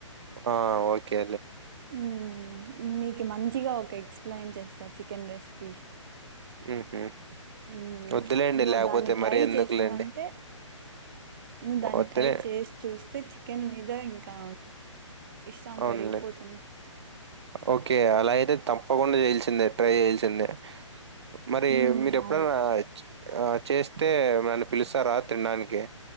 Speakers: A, on the right (about 55°); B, on the right (about 40°).
A: ఆ ఓకే
B: ఉ నీకు మంచిగా ఒక ఎక్స్పీ పలైన్ చేస్తా చికెన్ రెసిపీ
A: మ్.. హుమ్...
B: మ్మ్
A: వద్దులేండి
B: నువ్వు
A: లేకపోతే
B: దాన్ని ట్రై
A: మరీ ఎందుకులేండి
B: చేసావంటే నువ్వు దాన్ని
A: వద్దులే.
B: ట్రై చేసి చూస్తే చికెన్ మీద ఇంకా ఇష్టాం
A: అవునులేండి.
B: పెరిగిపోతుంది
A: ఓకే అలా అయితే తప్పకుండా చేయాల్ దెట్రై చెయ్యాల్సిందే మరి
B: ఉమ్
A: మీరు ఎప్పుడైనా
B: అవును
A: ఆ చేస్తే ఏమన్నా పిలుస్తారా తినడానికి?